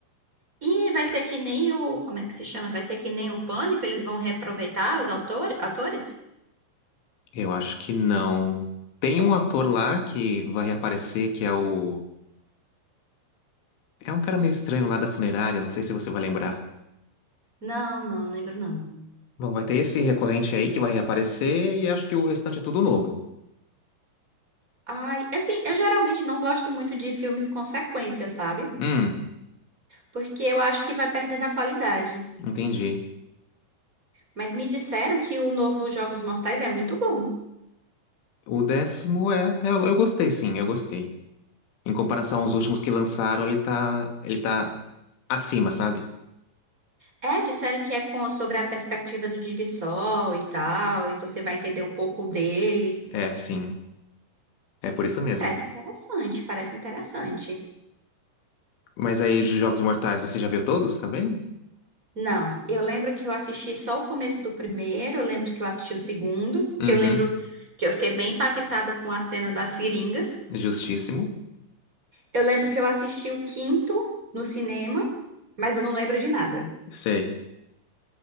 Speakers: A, on the right; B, on the left.
A: E vai ser que nem o, como é que se chama? Vai ser que nem o Pânico, eles vão reaproveitar os autor, atores?
B: Eu acho que não. Tem um ator lá que vai reaparecer, que é o. É um cara meio estranho lá da funerária, não sei se você vai lembrar.
A: Não, não lembro não.
B: Bom, vai ter esse recorrente aí que vai reaparecer e acho que o restante é tudo novo.
A: Ai, assim, eu geralmente não gosto muito de filmes com sequência, sabe?
B: Hum,
A: Porque eu acho que vai perdendo a qualidade.
B: entendi.
A: Mas me disseram que o novo Jogos Mortais é muito bom.
B: O décimo é. Eu, eu gostei, sim, eu gostei. Em comparação
A: Que-
B: aos últimos que lançaram, ele tá. Ele tá acima, sabe?
A: É, disseram que é com, sobre a perspectiva do Sol e tal, e você vai entender um pouco dele.
B: É, sim. É por isso mesmo.
A: Parece interessante, parece interessante.
B: Mas aí, de Jogos Mortais, você já viu todos também?
A: Não, eu lembro que eu assisti só o começo do primeiro, eu lembro que eu assisti o segundo,
B: Uhum.
A: que eu lembro que eu fiquei bem impactada com a cena das seringas.
B: Justíssimo.
A: Eu lembro que eu assisti o quinto no cinema, mas eu não lembro de nada.
B: Sei.